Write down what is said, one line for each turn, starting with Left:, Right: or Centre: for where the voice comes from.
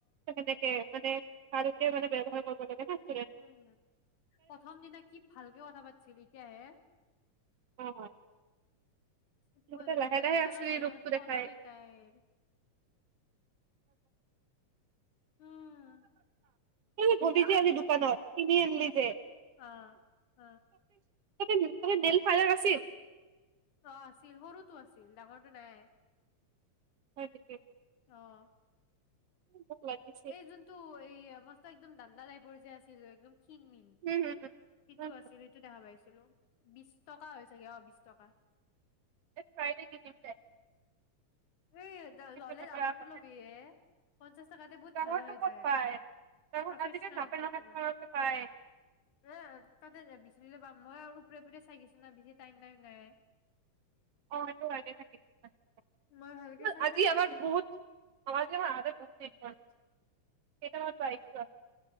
Right: <unintelligible> মানে ভালকে মানে ব্যৱহাৰ কৰিব লাগে ন।
Left: উম, প্ৰথম দিনা কি ভালকে কথা পাতিছিল এতিয়াহে
Right: <unintelligible> <inaudible>
Left: <unintelligible>
Right: সিহঁতে লাহে লাহে
Left: সলনি
Right: আচলি ৰূপটো দেখাই
Left: তাইৰ উম
Right: এ ভতিজা আজি দোকানত কিনি আনিলি যে
Left: আ হ
Right: <unintelligible>
Left: অ আছিল সৰুটো আছিল ডাঙৰটো নাই
Right: হয় <unintelligible>
Left: অহ
Right: মোক লাগিছিল
Left: এই যোনটো এয়া মস্ত একদম <unintelligible> যে আছিল একদম ক্ষীণ মিন
Right: হুম হুম
Left: সিটো
Right: হুম
Left: আছিল
Right: হুম।
Left: সেইটো দেখা পাইছোঁ। হেল্ল' বিশ টকা হয় ছাগৈ অ' বিশ টকা।
Right: এক ফ্ৰাইডে কিতিপ দে।
Left: এ
Right: বিচনাৰ
Left: ললে ডাঙৰটো
Right: পৰা আহোঁতে
Left: ল'বি হে। পঞ্চাছ টকাতে বহুত
Right: ডাঙৰটো
Left: ভাল হৈ
Right: ক'ত
Left: যায়।
Right: পায় ডাঙৰ
Left: প্ৰফেচনেল
Right: আজিকালি নাপায়
Left: কিবা
Right: নহয় ঘৰতে পায়
Left: এ তাতে বিচৰিলে পাম। মই আৰু ওপৰে ওপৰে চাই গিছো না বেছি টাইম নাই
Right: <unintelligible>
Left: মই ভালকে
Right: <unintelligible>
Left: চাই যোৱা নাই
Right: <unintelligible>